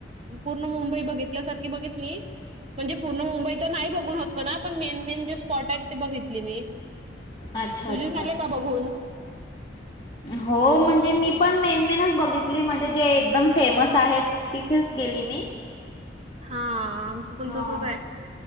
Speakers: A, on the right; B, on the left.
A: पूर्ण मुंबई बघितल्यासारखी बघितली म्हणजे पूर्ण मुंबई तर नाही बघून होत म्हणा... पण मेन मेन... जे स्पॉट आहेत ते बघितली मी.
B: अच्छा
A: तुझे
B: अच्छा.
A: झाले का बघून?
B: हो... म्हणजे मी पण... मेन मेनच बघितली... म्हणजे जे एकदम फेमस आहेत. तिथेच गेली मी.
A: हा... आमचं पण
B: हा.
A: तसंच ए...